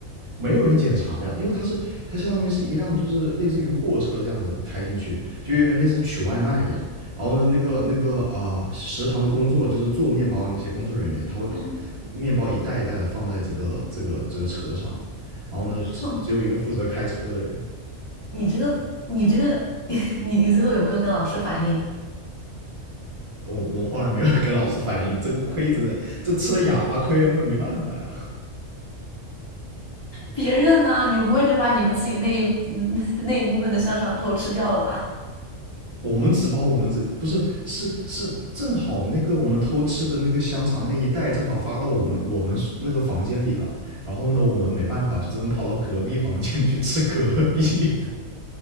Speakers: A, on the right (about 35°); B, on the left (about 45°).
A: 没有人检查的呀，因为它是它相当于是一辆就是类似于货车这样子开进去，就有点类似取外卖一样。然后呢，那个那个啊、呃食堂的工作就是做面包的那些工作人员，他会把
B: 嗯，
A: 面包一袋一袋的放在这个这个这个车上，然后呢，只只有一个负责开车的人。
B: 哼你这个，你这个，<laughs> 你你最后有没有跟老师反映？
A: 我我后来没有跟老师反映，这个亏着这吃了哑巴亏了那没办法呀。
B: 别人呢？你们不会只把你们自己那一嗯 <laughs> 那一部分的香肠偷吃掉了吧？
A: 我们只把我们这不是是是正好那个我们偷吃的那个香肠那一袋正好发到我们我们那个房间里了，然后呢我们没办法就只能跑到隔壁房间去吃隔壁的